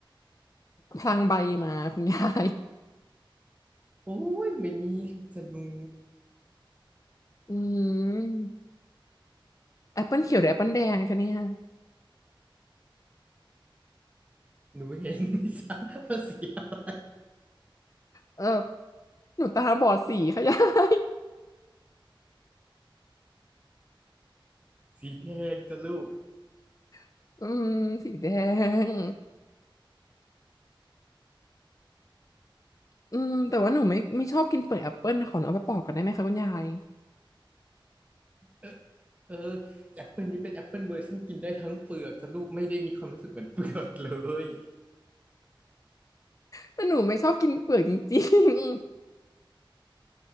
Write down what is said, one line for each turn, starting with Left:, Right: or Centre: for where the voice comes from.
Left: พลังใบมาคุณยาย
Right: โอ้ยไม่มีจะหนู
Left: <laughs> อืมแอปเปิลเขียวหรือแอปเปิลแดงคะเนี่ย
Right: หนูเห็นไหมจ๊ะ <laughs> ว่าสีอะไร
Left: เออหนูตาบอดสีค่ะยาย
Right: สีแดงจ้ะลูก
Left: <laughs> อืมสีแดงอืมแต่ว่าหนูไม่ไม่ชอบกินเปลือกแอปเปิลนะขอหนูเอาไปปอกก่อนได้ไหมคะคุณยาย
Right: เออเออแอปเปิลนี้เป็นแอปเปิลเวอร์ชันกินได้ทั้งเปลือกจ้ะลูกไม่ได้มีความรู้สึกเหมือนเปลือกเลย
Left: แต่หนูไม่ชอบกินเปลือกจริง